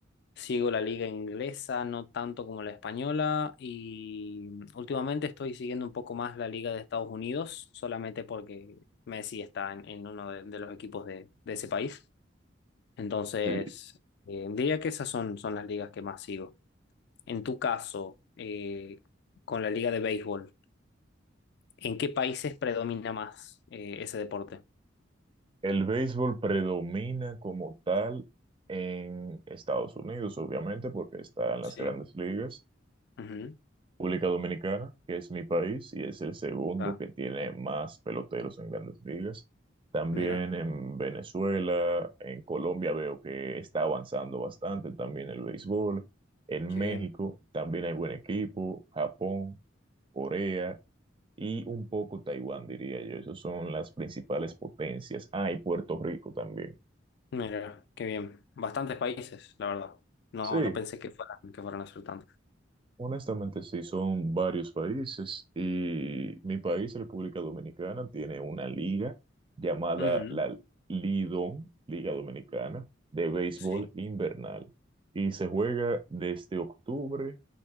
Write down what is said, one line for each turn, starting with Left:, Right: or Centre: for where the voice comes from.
Left: sigo la liga inglesa, no tanto como la española, y últimamente estoy siguiendo un poco más la liga de Estados Unidos, solamente porque Messi está en, en uno de, de los equipos de, de ese país. Entonces,
Right: Sí,
Left: eh, diría que esas son, son las ligas que más sigo. En tu caso, eh, con la liga de béisbol. ¿En qué países predomina más eh, ese deporte?
Right: el béisbol predomina como tal en Estados Unidos, obviamente, porque está en
Left: Sí,
Right: las grandes ligas.
Left: Ujú.
Right: República Dominicana, que es mi país y es el segundo
Left: ah,
Right: que tiene más peloteros en grandes ligas. También
Left: Mira,
Right: en Venezuela, en Colombia veo que está avanzando bastante también el béisbol. En
Left: qué
Right: México
Left: bien.
Right: también hay buen equipo, Japón, Corea y un poco Taiwán, diría yo. Esas son las principales potencias. Ah, y Puerto Rico también.
Left: mira, qué bien. Bastantes países, la verdad. No,
Right: Sí,
Left: no pensé que fueran, que fueran a ser tantos.
Right: Honestamente, sí, son varios países y mi país, República Dominicana, tiene una liga llamada
Left: Ujú.
Right: la Lidón, Liga Dominicana, de béisbol
Left: Sí,
Right: invernal y se juega desde octubre